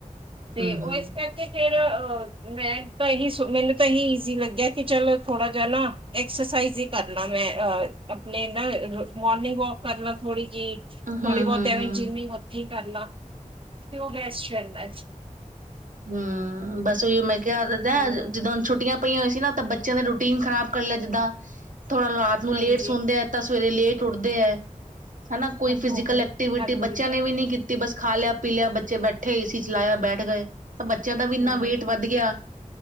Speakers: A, on the right; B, on the right.
A: ਤੇ
B: ਹੂੰ
A: ਉਹ
B: ਹੂੰ
A: ਇਸ ਕਰਕੇ। ਫੇਰ ਮੈਂ ਤਾਂ ਇਹੀ ਮੈਨੂੰ ਤਾਂ ਇਹੀ ਈਜ਼ੀ ਲੱਗਿਆ ਕਿ ਚਲ ਥੋੜਾ ਜਾ ਨਾ ਐਕਸਰਸਾਈਜ਼। ਐਕਸਰਸਾਈਜ਼ ਹੀ ਕਰਲਾ ਮੈਂ ਅਹ ਆਪਣੇ ਨਾ ਮੋਰਨਿੰਗ ਵਾਕ ਕਰ ਲਾ ਥੋੜੀ। ਜੀ
B: ਹੂੰ ਹੂੰ
A: ਥੋੜੀ ਬਹੁਤ
B: ਹੂੰ
A: ਐਵੇਂ
B: ਹੂੰ
A: ਜਿੰਮ ਹੀ ਉੱਥੇ ਹੀ ਕਰ ਲਾ ਤੇ ਉਹ ਬੈਸਟ ਰਹਿੰਦਾ ਸੀ।
B: ਹਮ, ਬਸ ਉਹੀਓ ਮੈਂ ਕਿਹਾ ਦਾ
A: ਹਮ
B: ਜਦੋਂ ਛੁੱਟੀਆਂ। ਪਈਆ ਹੋਇਆਂ ਸੀ ਨਾ, ਤਾਂ ਬੱਚਿਆਂ ਦੇ ਰੂਟੀਨ ਖਰਾਬ ਕਰ ਲਿਆ, ਜਿੱਦਾਂ ਥੋੜਾ ਰਾਤ ਨੂੰ
A: ਹਾਂਜੀ
B: ਲੇਟ ਸੌਦੇ ਆ ਤਾਂ। ਸਵੇਰੇ ਲੇਟ ਉੱਠਦੇ ਹੈ। ਹਨਾ
A: ਹਾਂ
B: ਕੋਈ ਫਿਜੀਕਲ
A: ਹਾਂ ਹਾਂ
B: ਐਕਟੀਵਿਟੀ
A: ਹਾਂਜੀ
B: ਬੱਚਿਆਂ ਨੇ ਵੀ ਨਹੀਂ ਕੀਤੀ ਬਸ ਖਾ ਲਿਆ। ਪੀ ਲਿਆ, ਬੱਚੇ ਬੈਠੇ ਏ ਸੀ ਚਲਾਇਆ, ਬੈਠ ਗਏ ਤਾਂ ਬੱਚਿਆਂ ਦਾ ਵੀ ਇੰਨਾ
A: ਹਮ
B: ਵੇਟ ਵੱਧ ਗਿਆ।